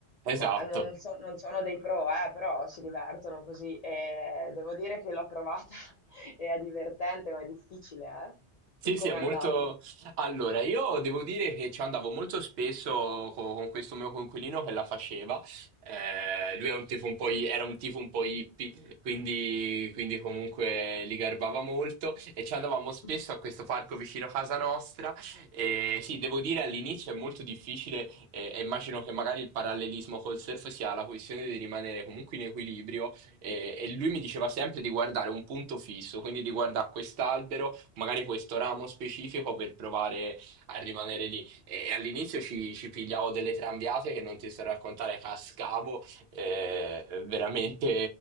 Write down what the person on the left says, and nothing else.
ma non, so- non sono dei pro, eh, però si divertono così e devo dire che l'ho provata <laughs> e è divertente, ma è difficile, eh.
Tu
come
andavi?
<laughs>